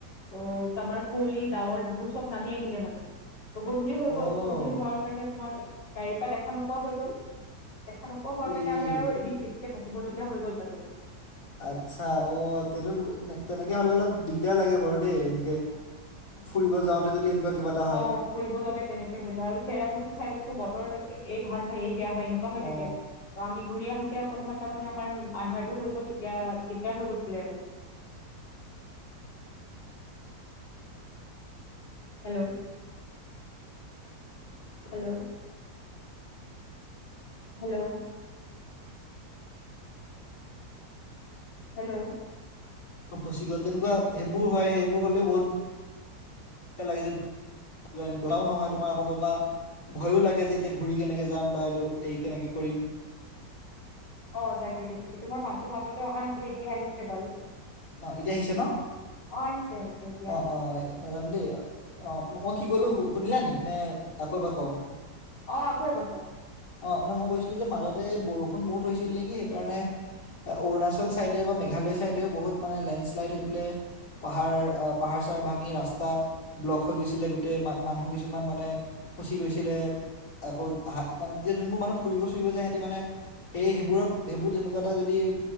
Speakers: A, on the left; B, on the left.
A: ও তমাৰ কুঁৱলি ডাৱৰ সেইবোৰ চব নামি আহিলে মাডে। গধূলি হৈ
B: অঁ
A: গল গধূলি হোৱাৰ কাৰণে তোমাৰ গাড়ীৰ পৰা দেখা নোপোৱা হৈ গ'ল। দেখা নোপোৱা হোৱাৰ কাৰণে
B: ই
A: আমি আৰু এদিন বেচিকে থাকিবলগীয়া হৈ গ'ল তাতে।
B: আচ্ছা অঁ তে তেনেকে হ'লে অলপ দিগদাৰ লাগে বাৰু দেই এনেকে। ফুৰিব যাওঁতে যদি এনেকুৱা কিবা- এটা হয়
A: অঁ ফুৰিব যাওঁ তেনেকে হৈ যায় আৰু চেৰাপুঞ্জী চাইডতো বতৰ- এই ভাল হয় এই বেয়া হয় এনেকুৱা হৈ থাকে
B: অ
A: আমি ঘূৰি আহোতে অকণমান তাৰ মানে আমাৰ- আন্ধাৰটো হৈ গ'ল তেতিয়া দিগদাৰ হৈ গৈছিলে আৰু। হেল্ল' হেল্ল' হেল্ল' হেল্ল'
B: ফচি গ'ল তেনেকুৱা সেইবোৰ হয় সেইবোৰ হ'লেও বহুত লাগে যে- এনেকুৱাও নহয় তোমাৰ আকৌ পাবা- ভয়ো লাগে যে এতিয়া ঘূৰি কেনেকে যাম বা এইটো এই কেনেকে কৰিম।
A: অ তাকে তাকে কেতিয়াবা মাতটো মাজতে অহা নাছিলে এতিয়া আহিছে বাৰু।
B: অ এতিয়া আহিছে ন?
A: অ আহিছে আহিছে। এতিয়া আহিছে
B: অ অ এ নাজানো দেই অ মই কি কলো শুনিলা নি? নে আকৌ এবাৰ কওঁ?
A: অঁ আকৌ এবাৰ কওক?
B: অঁ ন মই কৈছিলোঁ যে মাজতে এই বৰষুণ বহুত হৈছিল নেকি সেইকাৰণে- অৰুণাচল ছাইডে বা মেঘালয় ছাইডেও বহুত মানে লেণ্ডশ্লাইড হৈ পেলাই পাহাৰ- পাহাৰ চাহাৰ ভাঙি ৰাস্তা ব্লক হৈ গৈছিলে গোটেই মা মানুহ কিছুমান মানে- খচি গৈছিলে, আকৌ হা মানে তেতিয়া যোনবোৰ মানুহ ফুৰিব চুৰিব যায় সেতি মানে- সেই সেইবোৰত সেইবোৰ তেনেকুৱা এটা যদি-